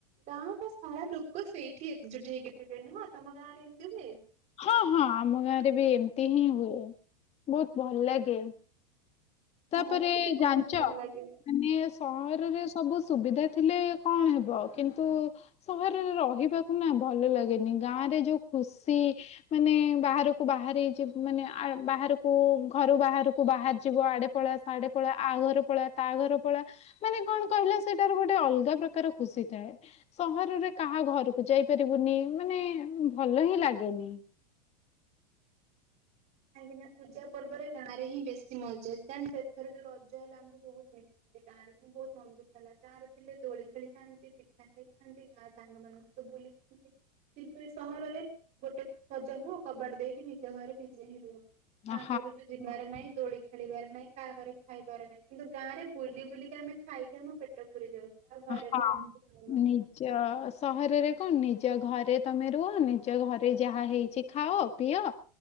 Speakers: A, on the right; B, on the left.
A: ଗାଁ ତ ସାରା ଲୋକ ସେଇଠି ଏକଜୁଟ ହେଇକି ଥିବେ ନୁହଁ ତମ ଗାଁ ରେ ଏମିତି ହୁଏ?
B: ହଁ ହଁ ଆମ ଗାଁ ରେ ବି ଏମିତି ହିଁ ହୁଏ ବହୁତ ଭଲ ଲାଗେ।
A: ହଁ
B: ତାପରେ
A: ମତେ ବି ବହୁତ
B: ଜାଣିଛ?
A: ଭଲ ଲାଗେ।
B: ମାନେ ସହରରେ ସବୁ ସୁବିଧା ଥିଲେ କଣ ହେବ କିନ୍ତୁ ସହରରେ ରହିବାକୁ ନା ଭଲ ଲାଗେନି ଗାଁରେ ଯୋଉ ଖୁସି। ମାନେ ବାହାରକୁ ବାହାର ଯିବ ମାନେ ବାହାରକୁ ଘରୁ ବାହାରକୁ ବାହାରି ଯିବ ଆଡେ। ପଳା ସାଢେ ପଳା ଆ ଘର ପଳା ତା ଘର ପଳା। ମାନେ କଣ କହିଲା ସେଇଟାରୁ ଗୋଟେ ଅଲଗା ପ୍ରକାର ଖୁସି ଥାଏ। ସହରରେ କାହା ଘରକୁ ଯାଇପାରିବୁନି ମାନେ ଭଲ ହିଁ ଲାଗେନି।
A: କାହିଁକି ନା ପୂଜା ପର୍ବରେ ଗାଁରେ ହିଁ ବେଶୀ ମଜା କାରଣ ସେଥର ଯୋଉ ରଜ ହେଲା ମୁଁ ବହୁ ମିଥିଲି ଗାଁରେ ମୁଁ ବହୁତ ମନ ଦୁଃଖ ହେଲା। ଗାଁରେ ଥିଲେ ଦୋଳି ଖେଳିଥାନ୍ତି ପିଠା ଖାଇଥାନ୍ତି ଗାଁ ସାଙ୍ଗମାନାନଙ୍କ ସହିତ ବୁଲିଥାନ୍ତି। କିନ୍ତୁ ଏ ସହରରେ ଗୋଟେ ସଜା ହୁଅ କବାଟ ଦେଇକି ନିଜ ଘରେ ବିନ୍ ଆହାଁ
B: ହଁ
A: ଘର ବି ଯିବାର ନାହିଁ ଦୋଳି ଖେଳିବାର ନାହିଁ। କାହା ଘରେ ଖାଇବାର ନାହିଁ। କିନ୍ତୁ ଗାଁରେ ବୁ ବୁଲିକି ଆମେ ଖାଇକି ଆମ ପେଟକୁ ପୁରେଇ ଦିଅ ଆମ ଆଉ ଘରେ
B: ହଁ।
A: ବି ଏମିତି ଖାଉନଥିଲୁ।
B: ନିଜ
A: ଠିକ
B: ସହରରେ କଣ ନିଜ ଘରେ ତମେ ରୁହ ନିଜ ଘରେ ଯାହା ହେଇଛି ଖାଅ ପିଅ।